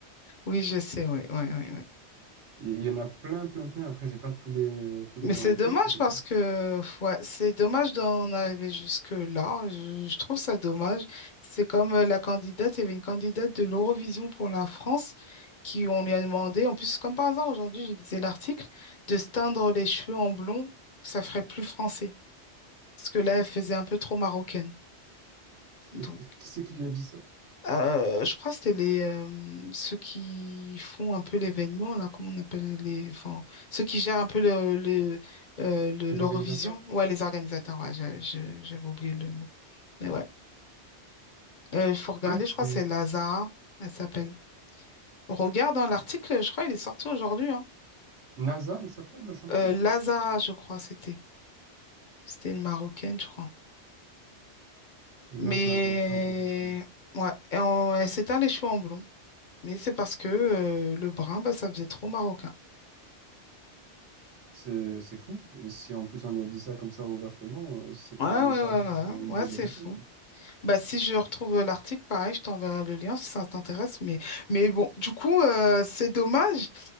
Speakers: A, on the left (about 55°); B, on the right (about 75°).
A: Oui, je sais, oui, oui, oui, oui.
B: Il il y en a plein, plein, plein. Après, j'ai pas tous les, euh, tous
A: Mais
B: les noms
A: c'est
B: en
A: dommage
B: tête. mais
A: parce que ouais, c'est dommage d'en arriver jusque-là. Je, je trouve ça dommage. C'est comme euh, la candidate, il y avait une candidate de l'Eurovision pour la France qui, on lui a demandé, en plus, comme par hasard, aujourd'hui, je lisais l'article, de se teindre les cheveux en blond, ça ferait plus français. Parce que là, elle faisait un peu trop marocaine.
B: <laughs>
A: Donc.
B: Qui c'est qui lui a dit ça?
A: Euh, je crois que c'était les euh, ceux qui font un peu l'événement, là, comment on appelle les. Enfin, ceux qui gèrent un peu le, le, euh, le-
B: Les
A: l'Eurovision.
B: organisateurs?
A: Ouais, les organisateurs, ouais, j'a- je- j'avais oublié le mot. Mais ouais. Euh, Il faut regarder,
B: Ouais, c'est
A: je crois que c'est Lazara, elle s'appelle. Regarde dans l'article, je crois il est sorti aujourd'hui. Hein.
B: NASA, elle s'appelle, la chanteuse.
A: Euh, Lazara, je crois, c'était. C'était une Marocaine, je crois. Mais
B: Lazara, Eurovision.
A: ouais, et on- elle s'éteint les cheveux en blond. Mais c'est parce que euh, le brun, bah, ça faisait trop marocain.
B: C'est, c'est fou. Et si en plus on lui a dit ça comme ça ouvertement, euh, c'est clairement
A: Ouais, ouais,
B: pas
A: ouais, ouais,
B: dans
A: ouais,
B: l'illégalité,
A: ouais, c'est fou.
B: quoi.
A: Bah, si je retrouve euh, l'article, pareil, je t'enverrai le lien si ça t'intéresse. Mais, mais bon, du coup, euh, c'est dommage.